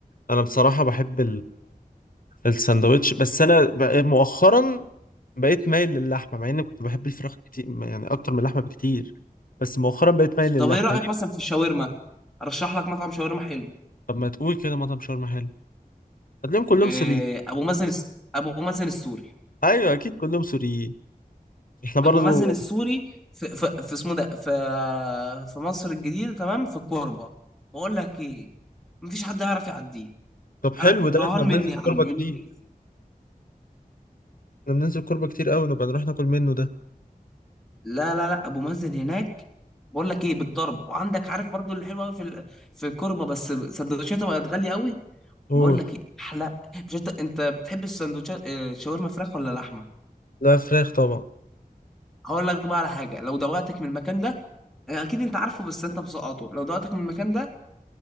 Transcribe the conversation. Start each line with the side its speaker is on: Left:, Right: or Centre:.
Left: انا بصراحه بحب الساندوتش بس انا بقى- مؤخرا بقيت مايل للحمه مع اني كنت بحب الفراخ كتير يعني اكتر من اللحمه بكتير بس مؤخرا بقيت مايل للحمه
Centre: طب ايه رايك
Left: ليه
Centre: مثلا في الشاورما ارشح لك مطعم شاورما حلو
Left: طب ما تقول كده مطعم شاورما حلو هتلاقيهم كلهم
Centre: إيه
Left: سوريين
Centre: ابو مازن الس- ابو مازن السوري
Left: ايوه اكيد كلهم سوريين احنا برضو
Centre: ابو مازن السوري في في, في اسمه ده في في مصر الجديده تمام في الكوربه بقول لك ايه مفيش حد يعرف يعديه
Left: طب حلو
Centre: انا
Left: ده
Centre: رهان
Left: احنا بننزل
Centre: مني يا عم
Left: كوربه
Centre: من
Left: كتير
Centre: منيسي
Left: احنا بننزل كوربه كتير قوي نبقى نروح ناكل منه ده
Centre: لا لا لا ابو مازن هناك بقول لك ايه بالضرب وعندك عارف برضو اللي حلو قوي في ال- في الكوربه بس سندوتشاته بقت غاليه قوي
Left: قول
Centre: بقول لك ايه احلى مش انت انت بتحب السندوتشات آه، شاورما فراخ ولا لحمه
Left: لا فراخ طبعا
Centre: هقول لك بقى على حاجه لو دوقتك من المكان ده آه، اكيد انت عارفه بس انت مسقطه لو دوقتك من المكان ده